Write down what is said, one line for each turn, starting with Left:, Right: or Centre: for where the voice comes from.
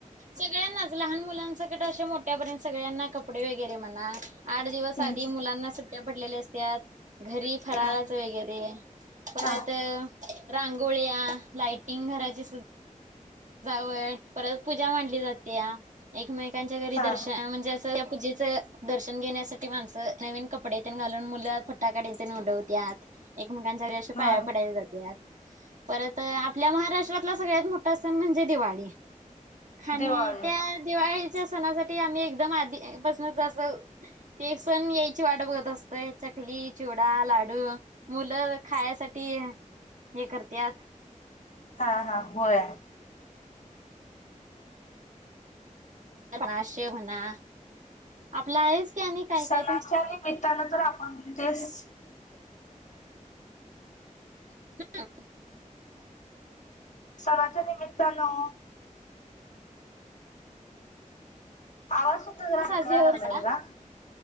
Right: सगळ्यांनाच लहान मुलांनसंकट अशे, मोठ्यापर्यंत सगळ्यांना कपडे वेगैरे म्हणा. आठ दिवस
Left: हम्म
Right: आधी मुलांना सुट्ट्या पडलेल्या असत्यात, घरी फराळाच
Left: हा
Right: वेगैरे. परत
Left: हा
Right: रांगोळ्या, लायटिंग घराची सुद् जावळ परत पूजा मांडली जात्या. एकमेकांच्या घरी
Left: हा
Right: दर्शन म्हणजे, असं त्या पूजेच. दर्शन घेण्यासाठी माणसं, नवीन कपडे तेन घालून मुलं फटाकडी तेन उडवतत. एकमेकांच्या घरी असं
Left: हा
Right: पाया पडायला जातात, परत आपल्या महाराष्ट्रातला सगळ्यात मोठा सण. सन म्हणजे, दिवाळी आणि
Left: दिवाळी
Right: त्यात. दिवाळीच्या सणासाठी आम्ही, एकदम आधीपसनच अस. ते सण यायची वाट बघत असतोय, चकली चिवडा लाडू. मुलं खायसाठी हे करत्यात.
Left: हा हा, होय.
Right: अनारसे म्हणा. आपला आहेच. की आणि काय
Left: सणाच्या
Right: काय तुमच्या
Left: निमित्तानं तर, आपण ते स.
Right: <unintelligible>
Left: सणाच्या निमित्तानो. आवाज. तुमचा जरा
Right: साजरी
Left: अडकायला लागलाय
Right: <unintelligible>
Left: बघा.